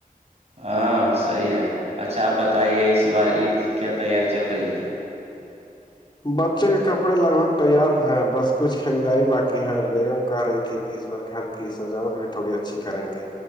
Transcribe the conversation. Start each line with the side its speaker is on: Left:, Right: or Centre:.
Right: ہاں صحیح ہے اچھا آپ بتائیے اس بار عید کی کیا تیاری چل رہی ہے
Left: بچے کے کپڑے لگ بھگ تیار ہیں بس کچھ خریداری باقی ہے بیگم کہہ رہی تھی کہ اس بار گھر کی سجاوٹ بھی تھوڑی اچھی کریں گے